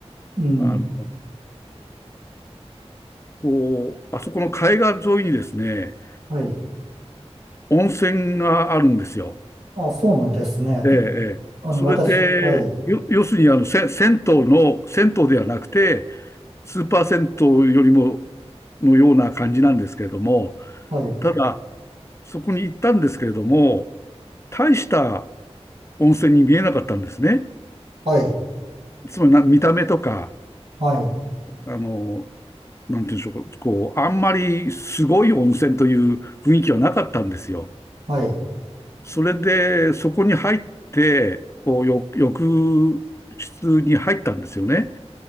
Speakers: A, on the right; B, on the left.
A: うん。
B: あの、こう、あそこの海岸沿いにですね、
A: はい。
B: 温泉があるんですよ。
A: あ、そうなんですね。
B: ええ、ええ。
A: あの、
B: それ
A: 私、はい。
B: で、よ、要するにあの、せ、銭湯の、銭湯ではなくて、スーパー銭湯よりも、のような感じなんですけれども、
A: はい。
B: ただ、そこに行ったんですけれども、大した温泉に見えなかったんですね。
A: はい。
B: つまりな、見た目とか、
A: はい。
B: あの、なんていうんでしょうか、こう、あんまりすごい温泉という雰囲気はなかったんですよ。
A: はい。
B: それで、そこに入って、こう、よ浴室に入ったんですよね。